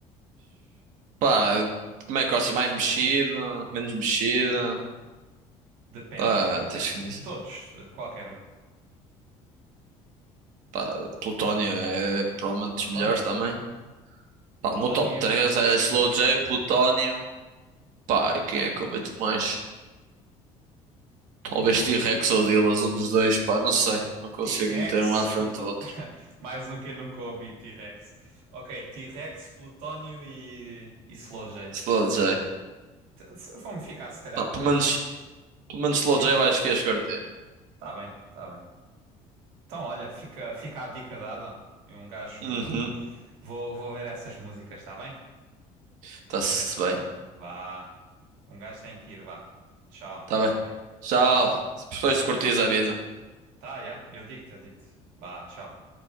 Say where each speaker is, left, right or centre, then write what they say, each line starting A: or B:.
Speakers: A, on the right (about 70°); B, on the right (about 80°).
A: Pá, como é que gostas? Mais mexida? Menos mexida?
B: Depende,
A: Pá,
B: depende.
A: tens que me dizer.
B: Todos, qualquer um.
A: Pá, Plutónio é provavelmente
B: Plutónio?
A: dos melhores também.
B: Plutónio,
A: Pá, o meu top 3 é Slow J, Plutónio. Pá, e quem é que eu meto mais? Talvez T-Rex ou Dillaz, um dos dois. Pá, não sei. Não consigo
B: T-Rex,
A: meter um à frente
B: Pluto...
A: do outro.
B: <laughs> Mais um que eu nunca ouvi, T-Rex. Ok, T-Rex, Plutónio e, e Slowjay.
A: Slow J.
B: T- se- Vou-me ficar se calhar
A: Pá, pelo
B: por esse.
A: menos, pelo menos Slow
B: Di?
A: J eu acho que ias curtir.
B: Tá bem, tá bem. Então olha, fica, fica a dica dada. E um gajo.
A: Uhum.
B: Vou, vou ver essas músicas, tá bem?
A: Está-se
B: Vou ver.
A: bem.
B: Vá. Um gajo tem que ir, vá. Tchau, fica
A: Tá bem.
B: bem.
A: Tchau. Se depois curtires, avisa.
B: Tá, já, eu digo-te, eu digo-te. Vá, tchau.